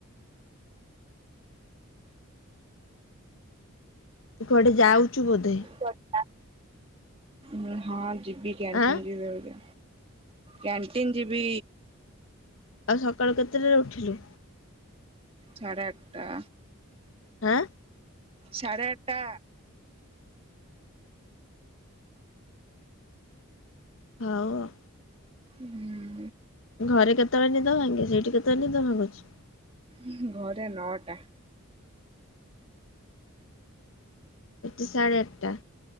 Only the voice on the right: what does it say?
କୁଆଡେ ନା। ମୁଁ ହଁ ଯିବି କ୍ୟାଣ୍ଟିନ
ଯିବି ଏବେ କ୍ୟାଣ୍ଟିନ ଯିବି।
ସାଢ଼େ ଆଟଟା।
ସାଢ଼େ ଆଟଟା।
ଉଁହୁଁ।
ଉଁହୁଁ ଘରେ ନଅଟା।